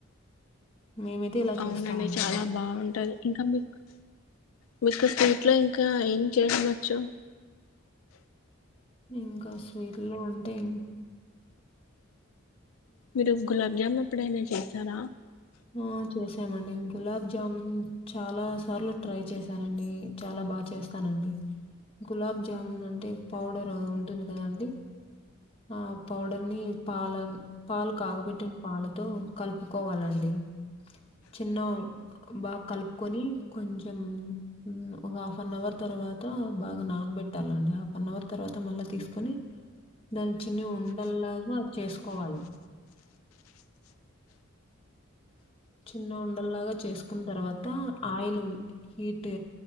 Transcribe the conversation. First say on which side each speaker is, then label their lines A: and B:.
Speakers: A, on the left; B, on the left.
A: మేమైతే ఇలా చేస్తామండి.
B: అవునండి చాలా బాగుంటది ఇంకా మీ మీకా సీట్లో ఇంకా ఏం చేయడం వచ్చు
A: ఇంకా స్వీల్ లో అంటే ఏం
B: మీరు గులాబ్ జాము ఎప్పుడైనా చేస్తారా
A: ఆ చేసామండి గులాబ్ జామున్ చాలా సార్లు ట్రై చేశానండి చాలా బాగా చేస్తానండి గులాబ్ జాముూన్ అంటే పౌడర్ ఉంటుంది కదాండి ఆ పౌడర్ ని పాలన్ పాలు కాగబెట్టిన పాలతో కలుపుకోవాలండి చిన్న బాగా కలుపుకొని కొంచెం ఊ ఒక హాఫ్ అన్ అవర్ తర్వాత బాగా నానబెట్టాలండి హాఫ్ అన్ అవర్ తర్వాత మళ్ళా తీసుకొని దాని చిన్న ఉండల్లాగా చేసుకోవాలి చిన్న ఉండల్లాగా చేసుకున్న తర్వాత ఆయిల్ హీట్